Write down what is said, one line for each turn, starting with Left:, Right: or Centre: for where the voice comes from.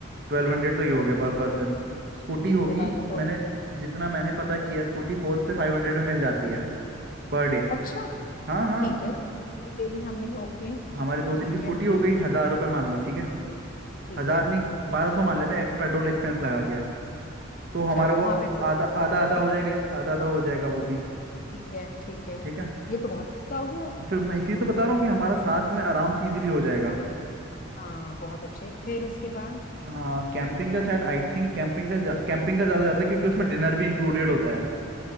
Right: ट्वेल्व हंड्रेड तो ये हो
Left: वापस
Right: गया पर पर्सन स्कूटी
Left: ठीक
Right: होगी
Left: है बारह सौ हो
Right: मैंने
Left: गए
Right: जितना मैंने पता किया है स्कूटी फोर से फाइव हंड्रेड में मिल जाती है पर डे
Left: अच्छा
Right: हाँ हाँ
Left: ठीक है तो स्कूटी भी ले ली हमने ओके
Right: हमारे दो दिन
Left: ठीक
Right: की स्कूटी
Left: है
Right: हो गई हजार रुपये मान लो ठीक है
Left: ठीक
Right: हजार
Left: है
Right: नहीं बारह सौ मान लेते हैं पेट्रोल एक्सपेंस लगा के तो हमारा
Left: चलो
Right: वो
Left: हाँ पेट्रोल
Right: आधा
Left: भी
Right: आधा
Left: हाँ,
Right: आधा
Left: ठीक
Right: हो जाएगा
Left: है
Right: आधा आधा हो जाएगा वो भी
Left: ठीक है ठीक है
Right: ठीक है स-
Left: ये तो बहुत सस्ता हो गया
Right: फिर मैं इसी
Left: हम्म
Right: तो बता रहा हूँ कि हमारा साथ में आराम से इजीली हो जाएगा
Left: हाँ बहुत अच्छे फिर उसके बाद
Right: हाँ कैंपिंग का शायद आई थिंक कैंपिंग का जा, कैंपिंग का ज़्यादा जाता है क्योंकि उसमें डिनर भी इंक्लूडेड होता है